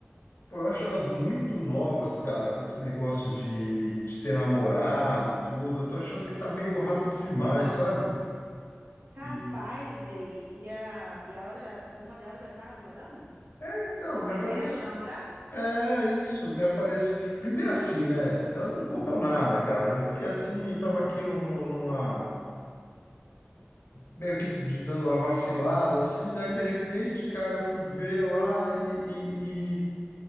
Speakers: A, on the left (about 60°); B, on the right (about 50°).
A: pô, eu acho elas muito novas, cara, para esse negócio de, de ter namorado, tudo. Eu tô achando que tá meio rápido demais, sabe?
B: Capaz,
A: E,
B: e, aí- e, a, e ela já, uma delas já tá namorando?
A: é, então,
B: Ou querendo
A: me aparece.
B: namorar?
A: É isso, me aparece. Primeiro assim, né? Elas não contam nada, cara. Eu fiquei assim, tava aqui no, no, numa. meio que de- dando uma vacilada, assim, daí de repente, cara, eu fui ver lá e, e- e